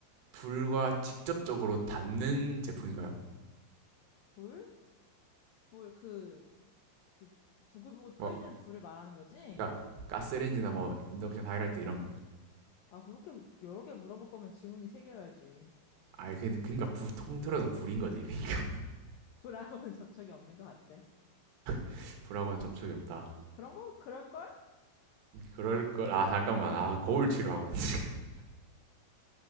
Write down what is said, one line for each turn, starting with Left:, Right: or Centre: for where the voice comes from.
Right: 불과 직접적으로 닿는 제품인가요?
Left: 불? 불, 그, 그, 부글부글 끓는
Right: 뭐,
Left: 불을 말하는 거지?
Right: 그러니까 가스레인지나 뭐 인덕션 하이라이트 이런.
Left: 아, 그렇게 여러 개 물어볼 거면 지문이 세 개여야지.
Right: 아 근데 그러니까 불 통틀어서 불인 거지. 그러니까
Left: 불하고는 <laughs> 접촉이 없는 것 같아.
Right: <laughs> 불하고는 접촉이 없다.
Left: 그런 거 그럴걸?
Right: 그럴 걸. 아 잠깐만. 아 거울 치료하고 있 <laughs>